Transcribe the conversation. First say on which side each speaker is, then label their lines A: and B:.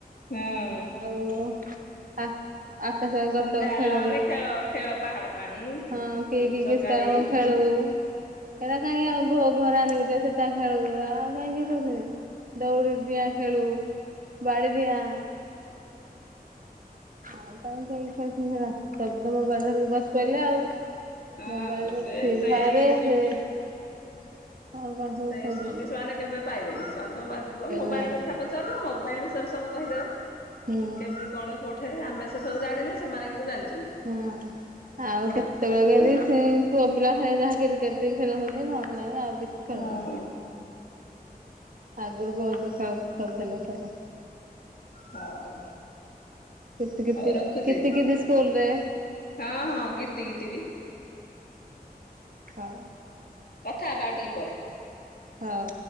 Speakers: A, on the left; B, on the right.
A: ହଁ।
B: ଆଉ ଆ ଆକାଶ ଭାଇ
A: ସନ୍ଧ୍ୟା
B: କଟକ
A: ହେଲା
B: ଫେରୁ।
A: ମାନେ ଖେଳ ଖେଳ ପାହାଡ଼ ପାଣି।
B: ହଁ, କିଏ
A: ଲୁଚକାଳି
B: କି କି ଖେଳ ଖେଳୁ। ସେଇଟା କାହିଁ ଆଉ ଘ ଘର ଆଣିବୁ ସେଟତ ଖେଳବୁ। ଆଉ କାହିଁକି କିଏ ଖେଳୁଛନ୍ତି। ଦଉଡ଼ି ଡିଆଁ ଖେଳୁ ବାଡ଼ି ଡିଆଁ। ଆଉ କାହିଁ କାଇଁ ଖେଳୁଛନ୍ତି ସେଗୁଡା? ସବୁତ ମୋବାଇଲ ଧରି ବସି ପଇଲେ ଆଉ।
A: ହଁ
B: ମୋବାଇଲର
A: ସେ
B: ଫ୍ରି
A: ସେଇ
B: ଫାୟାରରେ
A: ସବୁ
B: ସେ ଆଉ କଣ
A: ସେଇ
B: ସବୁ ଖେଳ
A: ସ୍ମୃତି
B: ସଇଲା?
A: ସେମାନେ କେବେ ପାଇବେନି? ସେମାନ୍ତ ମୋବାଇଲ
B: ନାଇଁ
A: କଥା ପଚାରୁନ। ମୋବାଇଲ ବିଷୟରେ ସବୁ କହିଦେବେ।
B: ହୁଁ
A: କେମିତି କଣ କୋଉଠେ? ଆମେ ସେ ସବୁ ଜାଣିନେ। ସେମାନେ କିନ୍ତୁ ଜାଣି
B: ହଁ ଆଉ କେତେବେଳେ
A: ଯୁଗ
B: କେମତି
A: ହେଲା।
B: ସେ ପୁଅ ପିଲା ହେ ଯାହା କ୍ରିକେଟ ଟିମ ଖେଳୁଛନ୍ତି ନହେଲେ ନାହିଁ ଆଉ କିଛି ଖେଳୁନାହିଁ।
A: ହଁ
B: ଆଗରୁ ବହୁତ ଖେଳ ଖେଳୁଥିଲେ ସବୁ।
A: ହଉ
B: କିତି କିତି
A: ହଉ ରଖୁଛି।
B: କିତି କିତି ସ୍କୁଲରେ
A: ହଁ ହଁ ଗିତି ଗିତିିବି।
B: ହଁ।
A: କଥା ହବା ଆଉ ଟିକେ ପରେ।
B: ହଁ।